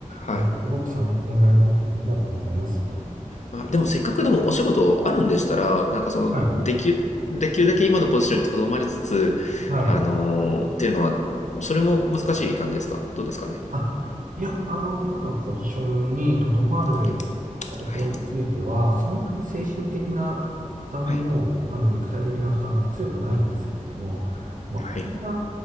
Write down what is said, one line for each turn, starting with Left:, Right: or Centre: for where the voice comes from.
Left: はい。
Right: おすごく参考になりました。ありがとうございます。
Left: あ、でもせっかくでもお仕事あるんでしたら、なんかその、
Right: はい。
Left: できる、できるだけ今のポジションにとどまりつつ、
Right: はい。
Left: あのーっていうのは、それも難しい感じですかどうですかね。
Right: あ、いや、あの、今のポジションにとどまることについては、
Left: はい。はい。
Right: そんなに精神的な負担も、
Left: はい。
Right: あの、肉体的な負担も強くないんですけれども、まあ、
Left: はい。
Right: これが